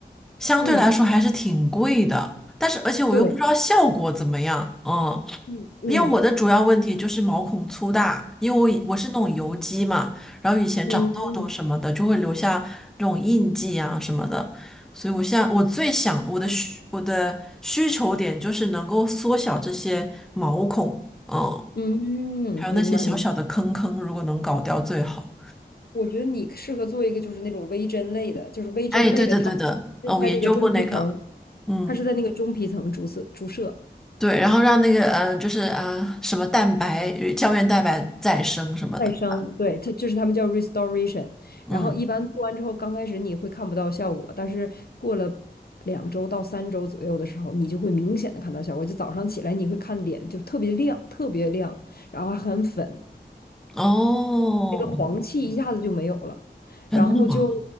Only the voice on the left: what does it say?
嗯，
对，
嗯嗯
嗯嗯
嗯
嗯，
明白明白。
我觉得你适合做一个就是那种微针类的，就是微针类的，
它是在那个中皮层，
它是在那个中皮层注射注射。
再生，
对，它就是他们叫 restoration。
然后一般做完之后，刚开始你会看不到效果，但是过了两周到三周左右的时候，你就会明显的看到效果。就早上起来，你会看脸就特别亮，特别亮，然后还很粉，
那个黄气一下子就没有了。然后就